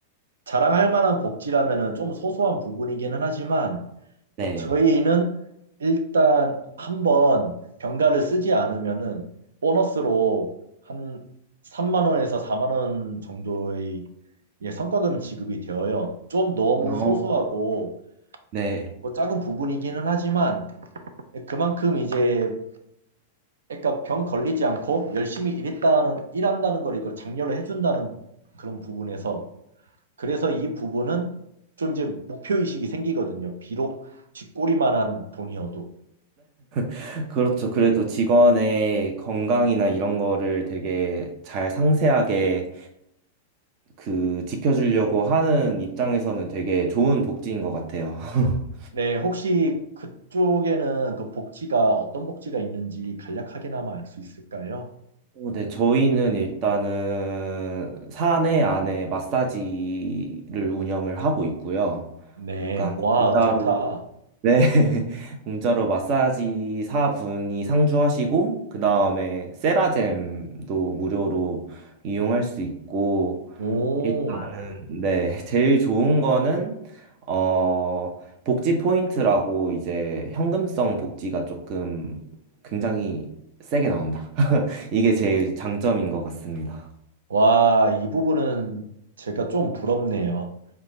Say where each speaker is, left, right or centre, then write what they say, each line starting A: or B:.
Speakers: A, on the right; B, on the right.
A: 자랑할 만한 복지라면은 좀 소소한 부분이기는 하지만
B: 네.
A: 어, 저희는 일단 한번 병가를 쓰지 않으면은 보너스로 한 3만 원에서 4만 원 정도의 예, 성과금 지급이 되어요. 좀 너무
B: 어,
A: 소소하고
B: 네.
A: 뭐 작은 부분이기는 하지만 그만큼 이제 그러니까 병 걸리지 않고 열심히 일했다는 일한다는 걸 이걸 장려를 해준다는 그런 부분에서 그래서 이 부분은 좀 이제 목표 의식이 생기거든요. 비록 쥐꼬리만한 돈이어도.
B: <laughs> 그렇죠. 그래도 직원의 건강이나 이런 거를 되게 잘 상세하게 그 지켜주려고 하는 입장에서는 되게 좋은 복지인 것 같아요. <laughs>
A: 네, 혹시 그쪽에는 그 복지가 어떤 복지가 있는지 간략하게나마 알 수 있을까요?
B: 어, 네, 저희는 일단은 사내 안에 마사지를 운영을 하고 있고요.
A: 네,
B: 약간 공짜로,
A: 와, 좋다.
B: 네, <laughs> 공짜로 마사지 사분이 상주하시고, 그 다음에 세라젬도 무료로 이용할 수 있고,
A: 오,
B: 일단은, 네, <laughs> 제일 좋은 거는, 어, 복지 포인트라고 이제 현금성 복지가 조금 굉장히 세게 나온다. 이게 제일 장점인 것 같습니다.
A: 와, 이 부분은 제가 좀 부럽네요.